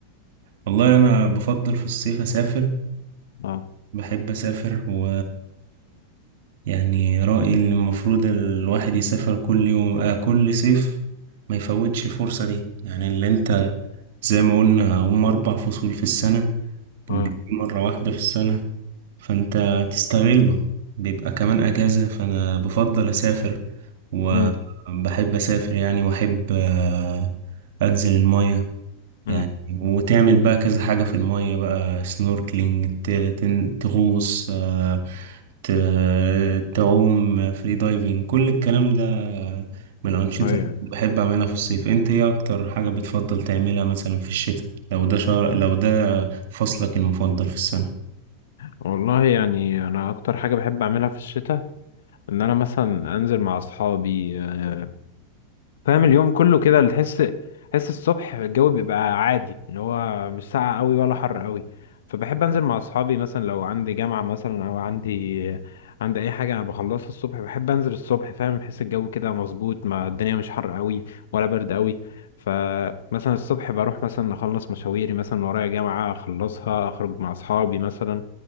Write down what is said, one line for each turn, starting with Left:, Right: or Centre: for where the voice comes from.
Right: والله انا بفضل في الصيف اسافر
Left: اه
Right: بحب اسافر و يعني رأيي ان المفروض الواحد يسافر كل يوم آه كل صيف ما يفوتش الفرصة دي يعني اللي انت زي ما قلنا هم اربع فصول في السنة
Left: اه
Right: بيجي مرة واحدة في السنة فانت تستغله بيبقى كمان اجازة فانا بفضل اسافر وبحب
Left: امم
Right: اسافر يعني واحب آه، انزل المية
Left: امم
Right: يعني وتعمل بقى كذا حاجة في المية بقى سنوركلينج ت- تن- تغوص آه، ت- تعوم فري دايفنج كل الكلام ده من الأنشطة
Left: ايوه
Right: اللي بحب أعملها في الصيف أنت إيه أكتر حاجة بتفضل تعملها مثلا في الشتاء لو ده شهر لو ده فصلك المفضل في السنة
Left: والله يعني انا اكتر حاجه بحب اعملها في الشتاء ان انا مثلا انزل مع اصحابي آه، فاهم اليوم كله كده اللي تحس تحس الصبح الجو بيبقى عادي اللي هو مش ساقع قوي ولا حر قوي فبحب انزل مع اصحابي مثلا لو عندي جامعة مثلا او عندي عندي اي حاجة انا بخلصها الصبح بحب انزل الصبح فاهم بحس الجو كده مظبوط ما الدنيا مش حر قوي ولا برد قوي فمثلا الصبح بروح مثلا اخلص مشاويري مثلا ورايا جامعة اخلصها اخرج مع اصحابي مثلا